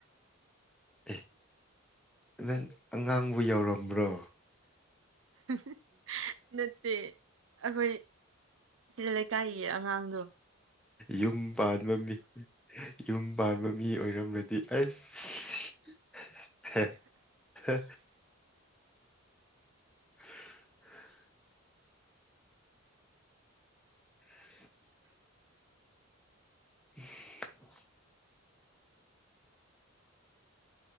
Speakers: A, in the centre; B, on the right.
A: ꯑꯦ ꯅꯪ ꯑꯉꯥꯡꯕꯨ ꯌꯥꯎꯔꯝꯕ꯭ꯔꯣ
B: <unintelligible> ꯅꯠꯇꯦ ꯑꯈꯣꯏ ꯂꯩꯀꯥꯏꯒꯤ ꯑꯉꯥꯡꯗꯨ
A: ꯌꯨꯝ ꯄꯥꯟꯕ ꯃꯤ ꯌꯨꯝ ꯄꯥꯟꯕ ꯃꯤ ꯑꯣꯏꯔꯝꯔꯗꯤ ꯑꯩꯁ ꯍꯦ ꯍꯦ <inaudible> <inaudible> <inaudible>